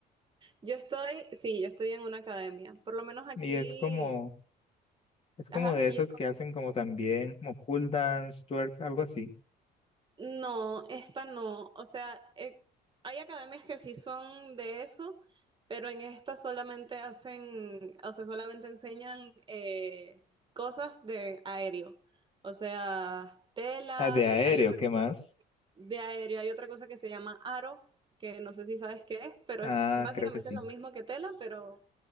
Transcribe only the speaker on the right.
Yo estoy, sí, yo estoy en una academia, por lo menos aquí,
ajá,
y es
No, esta no. O sea, eh, hay academias que sí son de eso, pero en esta solamente hacen, o sea, solamente enseñan eh, cosas de aéreo. O sea, telas,
hay otra
de aéreo, hay otra cosa que se llama aro, que no sé si sabes qué es, pero
es básicamente
lo mismo que tela, pero